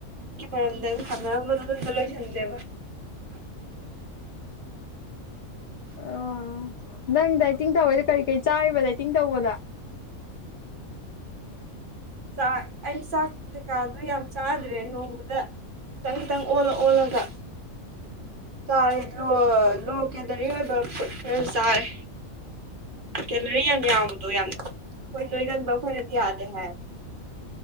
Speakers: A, on the right; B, on the left.
A: ꯃꯔꯝꯗ ꯁꯥꯟꯅꯔꯝꯕꯗꯨ ꯗꯨ ꯑꯃꯇ ꯂꯣꯏꯁꯤꯟꯖꯦꯕ
B: ꯑꯣ ꯅꯪ ꯗꯥꯏꯇꯤꯡ ꯇꯧꯋꯦꯗ ꯀꯔꯤ ꯀꯔꯤ ꯆꯥꯔꯤꯕ ꯗꯥꯏꯇꯤꯡ ꯇꯧꯕꯗ
A: ꯆꯥꯛ ꯑꯩ ꯆꯥꯛ ꯀꯩꯀꯥꯗꯣ ꯌꯥꯝ ꯆꯥꯗ꯭ꯔꯦ ꯅꯣꯡꯃꯗ ꯈꯤꯇꯪ ꯈꯤꯇꯪ ꯑꯣꯜꯂ ꯑꯣꯜꯂꯒ ꯆꯥꯔꯦ ꯂꯣ ꯂꯣ ꯀꯦꯂꯔꯤ ꯑꯣꯏꯕ ꯐꯨꯠ ꯈꯔ ꯆꯥꯔꯦ ꯀꯦꯂꯔꯤ ꯌꯥꯝ ꯌꯥꯡꯕꯗꯣ ꯌꯥꯝ ꯑꯩꯈꯣꯏ ꯅꯣꯏꯒꯟꯕ ꯑꯩꯈꯣꯏꯗꯥꯗꯤ ꯌꯥꯗꯦ ꯍꯥꯏ